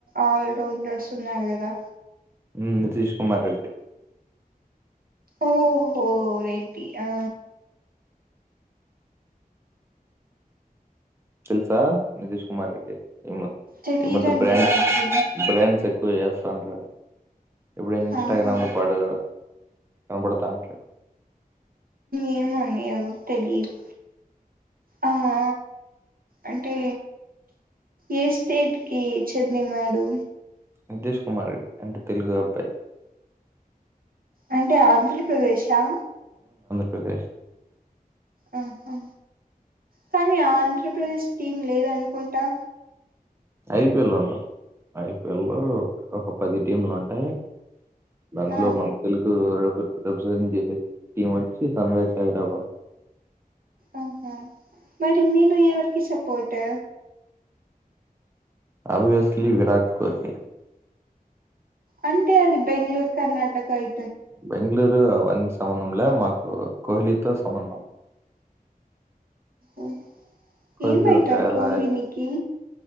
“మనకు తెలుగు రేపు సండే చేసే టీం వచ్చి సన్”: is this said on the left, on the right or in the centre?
Right